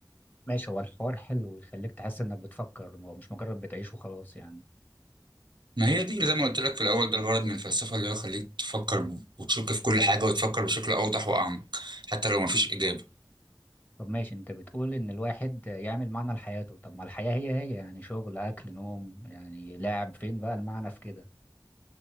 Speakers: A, on the left (about 25°); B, on the right (about 75°).
A: ماشي هو الحوار حلو ويخليك تحس انك بتفكر ومش مجرد بتعيش وخلاص يعني
B: ما هي دي زي ما قلت لك في الأول ده الغرض من الفلسفة اللي هو يخليك تفكر وتشك في كل حاجة وتفكر بشكل أوضح وأعمق حتى لو مفيش إجابة
A: طب ماشي انت بتقول ان الواحد يعمل معنى لحياته طب ما الحياة هي هي يعني شغل اكل نوم يعني لاعب فين بقى المعنى في كده